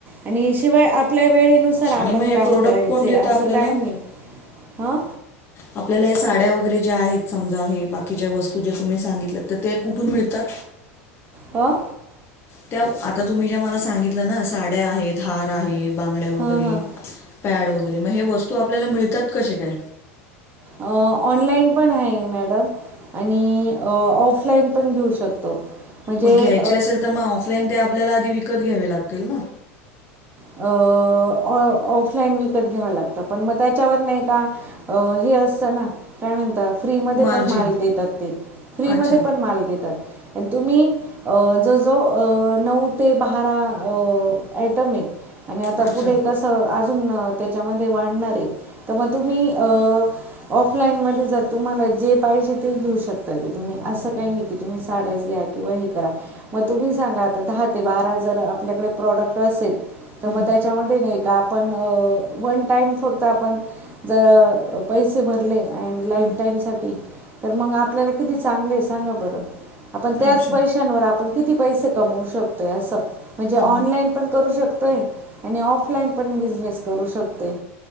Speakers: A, on the right; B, on the left.
A: आणि शिवाय आपल्या वेळे नुसार आपण
B: आणि मग हे
A: काम
B: प्रोडक्ट
A: करायचं
B: कोण
A: आहे.
B: देतं
A: असं
B: आपल्याला?
A: काही नाही हं.
B: आपल्याला हे साड्या वगैरे ज्या आहेत समजा हे बाकीच्या वस्तू जे तुम्ही सांगितल्यात तर त्या कुठून मिळतात?
A: अ?
B: त्या उ आता तुम्ही ज्या मला सांगितलं ना साड्या आहेत, हार आहे, बांगड्या
A: हां
B: वगैरे
A: हां
B: पॅड वगैरे मग हे वस्तू आपल्याला मिळतात कसे काय?
A: अ ऑनलाईन पण आहे, मॅडम. आणि ऑफलाईन पण घेऊ शकतो. म्हणजे
B: मग घ्यायचे असेल तर मग, ऑफलाईन ते आपल्याला आधी विकत घ्यावे लागतील ना.
A: अ.... ऑ मग ऑफलाईन विकत घ्यावं लागतं, पण मग त्याच्यावर नाही का हे असतं ना काय म्हणता? फ्री मधेपण
B: मार्जिन
A: माल देतात ते, फ्री
B: अच्छा,
A: मधेपण माल देतात. तुम्ही अ जवळजवळ अ नऊ ते ब्भारा ऍटम आहे. आणि आता
B: अच्छा.
A: पुढे कसं, अजून त्याच्यामध्ये वाढणार आहे. तर मग तुम्ही अं ऑफलाईन मध्ये जर तुम्हाला, जे पाहिजे ते घेऊ शकतात ते तुम्ही असं काही नाही की तुम्ही साड्याच घ्या किंवा हे करा मग तुम्ही सांगा आता दहा ते बारा जर आपल्याकडे प्रोडक्ट असेल, तर
B: हं,
A: मग त्याच्यामध्ये नाही का आपण वन टाईम फक्त, आपण जर पैसे भरले ऍंड लाईफ
B: हं.
A: टाईम साठी, तर मग आपल्याला किती चांगले आहे सांगा बरं? आपण त्याच
B: अच्छा.
A: पैशांवर, आपण किती पैसे कमवू शकतोय असं म्हणजे
B: हं,
A: ऑनलाईन
B: हं.
A: पण करू शक तोय आणि ऑफलाईन पण बिझनेस करू शकतोय